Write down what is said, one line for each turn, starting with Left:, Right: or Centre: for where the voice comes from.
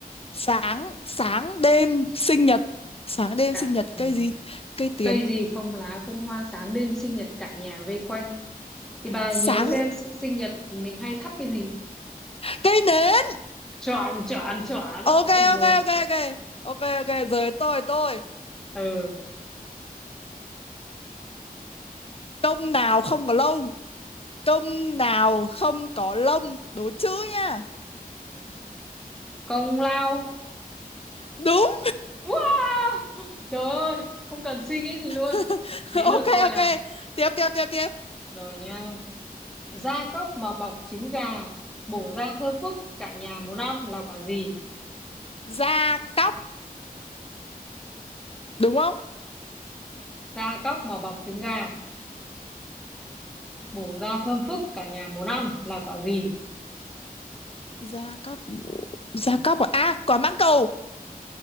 Left: Sáng sáng đêm sinh nhật. Sáng đêm
Centre: Cả,
Left: sinh nhật
Centre: ừ.
Left: cây gì? Cây tiền.
Centre: Cây gì không lá không hoa, sáng đêm sinh nhật cả nhà vây quanh. Thì bà
Left: Sáng
Centre: nhớ xem s- sinh nhật mình hay thắp cái gì.
Left: cây nến.
Centre: Chọn, chọn, chọn.
Left: Ok
Centre: Ôi dồi,
Left: ok ok ok. Ok ok, giờ đến tôi tôi.
Centre: Ừ,
Left: Công nào không có lông? Công nào không có lông? Đố chữ nha.
Centre: công lao.
Left: Đúng.
Centre: Wow! Trời ơi, không cần suy nghĩ gì luôn.
Left: <laughs>
Centre: Đến lượt
Left: Ok
Centre: tôi là,
Left: ok. Tiếp tiếp tiếp tiếp.
Centre: rồi nha. Da cốc mà bọc trứng gà, bổ ra thơm phức, cả nhà muốn ăn là quả gì?
Left: Da cóc, đúng không?
Centre: gia cóc mà bọc trứng gà bổ ra thơm phức cả nhà muốn ăn là quả gì
Left: Da cóc. Da cóc à? À, quả mãng cầu,